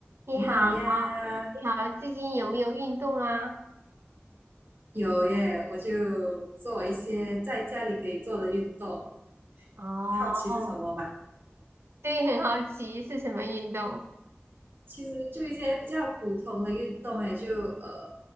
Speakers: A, on the right; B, on the right.
A: 你好，
B: 你好呀，
A: 你好，最近有没有运动啊？
B: 有耶，我就做一些在家里可以做的运动。
A: 哦，
B: 你好奇是什么嘛？
A: 对，很好奇是什么运动？
B: 其实就一些比较普通的运动，哎，就呃，